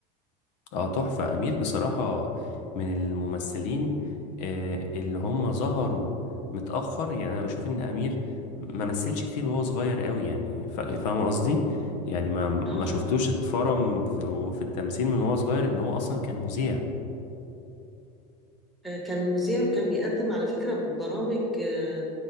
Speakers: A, on the left; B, in the centre.
A: اه تحفة أمير بصراحة من الممثلين آه، اللي هم ظهروا متأخر يعني أنا بشوف إن أمير ما مثلش كتير وهو صغير قوي يعني فا- فاهم قصدي يعني ما ما
B: آه
A: شفتوش اتفرم في في التمثيل من وهو صغير إن هو أصلا كان مذيع
B: آه، كان مذيع وكان بيقدم على فكرة برامج آه،